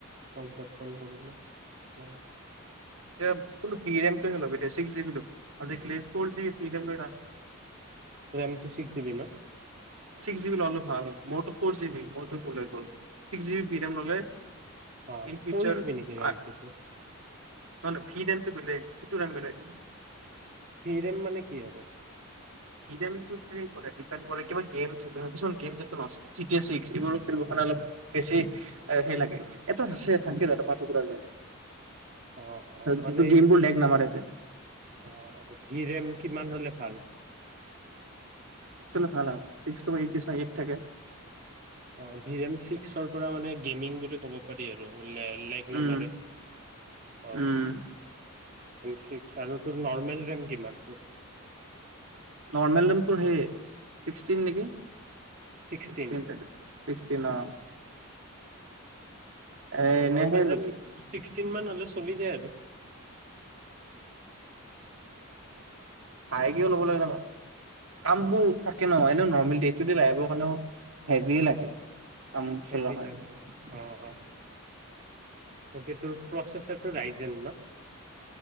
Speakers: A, on the right; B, on the right.
A: পঞ্চাছ মান পৰিব। অ।
B: এব বোলো ভি ৰেমটোহে লবি, তে ছিক্স জিবি লবি। আজিকালি ফৰ জিবি ভি ৰেম লৈ লাভ নাই।
A: ৰেমটো ছিক্স জিবি ন
B: ছিক্স জিবি ল'লে ভাল মোৰ ফ'ৰ জি বি মইতো ক'লে গ'ল। ছিক্স জি বি ভিম ৰিম ল'লে
A: অ
B: ইন ফিউচাৰ
A: ফ'ৰ জিবি
B: নহলে
A: নেকি ৰেমটোতো
B: ভিদনটো বেলেগ ইটো ৰাণ বেলেগ।
A: ফিৰেম মানে কি আৰু?
B: গেমটো প্লে কৰে, দিপেণ্ড কৰে কিবা গেম <unintelligible> কিছুমান গেম যেনেকে <unintelligible> ছিক্স। ফ ফৰ কাৰণে
A: অ
B: অলপ বেছি সেই লাগে এটা থাকে না পাৰ্টিকুলাৰ <unintelligible>
A: অ', অ' মানে
B: যিটো
A: এইটো
B: গেমবোৰ লেগ নামাৰে যে
A: অ' ভি ৰেম। কিমান হ'লে ভাল?
B: ন-ন, ছিক্স টো এইট নিচিনা এইট থাকে,
A: অ', ভি ৰেম ছিক্সৰ পৰা মানে গেমিং বুলি ক'ব পাৰি আৰু লে-লেগ না।
B: উম
A: অ
B: উম
A: ছিক্স আৰু তোৰ নৰ্মেল ৰেম কিমানটো?
B: নৰ্মেলমপুৰ সেই ছিক্সটিন নেকি? <inaudible>
A: ছিক্সটিন
B: ছিক্স টিনা। এ এনেহে
A: নৰ্মেল ৰেম
B: ল'বি
A: ছিক্সটিন হ চলি যায় আৰু
B: আই কি ল'বলৈ <inaudible> কাম্বু
A: অ
B: থাকে নহয় ন নৰ্মেলটো ডে টো আহিব কাৰণেও হেভিয়ে লাগে
A: অ,
B: কাম
A: সেইটো
B: চলোৱাৰ কাৰণে
A: ল অ, অ। তাকে তোৰ প্ৰচেছাৰটো ৰাইজে ন'।